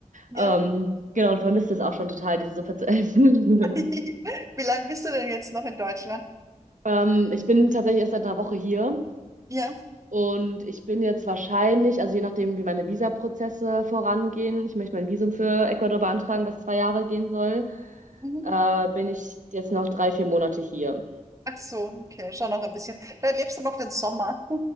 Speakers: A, on the right; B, on the right.
A: Ja.
B: Ähm, genau, und vermisst es auch schon total, diese Suppe zu essen.
A: <laughs>
B: <laughs>
A: Wie lange bist du denn jetzt noch in Deutschland?
B: Ähm, ich bin tatsächlich erst seit einer Woche hier
A: Ja.
B: und ich bin jetzt wahrscheinlich, also je nachdem, wie meine Visaprozesse vorangehen, ich möchte mein Visum für Ecuador beantragen, was zwei Jahre gehen soll,
A: Mhm.
B: äh, bin ich jetzt noch drei, vier Monate hier.
A: Ach so, okay, schon noch ein bisschen. Da lebst du noch den Sommer.